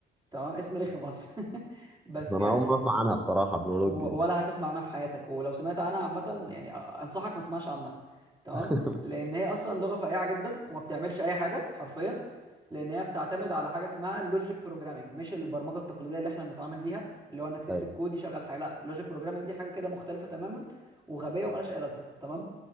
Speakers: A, on the right; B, in the centre.
A: تمام اسم رخم اصلا <laughs> بس
B: ده
A: يعني
B: انا اول مره اسمع عنها بصراحه بلولوج
A: و-
B: دي
A: ولا هتسمع عنها في حياتك ولو سمعت عنها عامة يعني أنصحك ما تسمعش عنها تمام
B: <laughs>
A: لأن هي أصلا لغة فقيعة جدا وما بتعملش أي حاجة حرفيا لأن هي بتعتمد على حاجة اسمها اللوجيك بروجرامنج مش البرمجة التقليدية اللي احنا بنتعامل بيها اللي هو إنك تكتب
B: ايوه
A: كود يشغل حاجة لا اللوجيك بروجرامنج دي حاجة كده مختلفة تماما وغبية وملهاش أي لازمة تمام